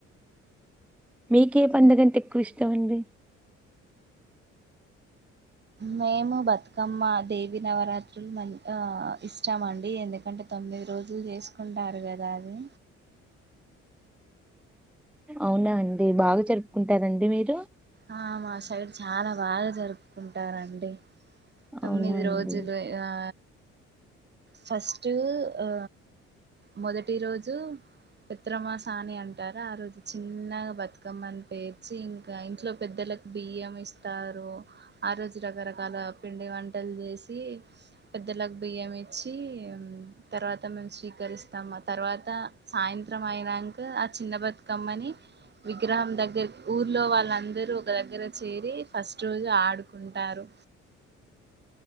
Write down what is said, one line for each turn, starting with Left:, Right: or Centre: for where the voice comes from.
Centre: మీకే పండుగంటే ఎక్కువ ఇష్టవండి.
Right: మేము బతుకమ్మ దేవి నవరాత్రులు మం ఆ ఇష్టామండి ఎందుకంటే తొమ్మిది మిది రోజులు చేసుకుంటారు కదా అదీ
Centre: అవునా అండి బాగా జరుపుకుంటారా అండి మీరు
Right: ఆ మా సైడ్ చాలా బాగా జరుపుకుంటారంండి తొమ్మిది
Centre: అవునా అండి
Right: రోజులు ఏ ఆ
Centre: <inaudible>
Right: ఫస్ట్ ఆ మొదటి రోజు పెత్ర అమాస అని అంటారు ఆ రోజు చిన్నగా బతుకమ్మని పేర్చి ఇంకా ఇంట్లో పెద్దలకు బియ్యం ఇస్తారు. ఆ రోజు రకరకాల పిండి వంటలు జేసి పెద్దలకు బియ్యం ఇచ్చి తర్వాత మేము స్వీకరిస్తాం తర్వాత ఆ సాయంత్రం అయినాక ఆ చిన్న బతుకమ్మని విగ్రహం దగ్గర ఊర్లో వాళ్ళందరు ఒక దగ్గర చేరి ఫస్ట్ రోజు ఆడుకుంటారు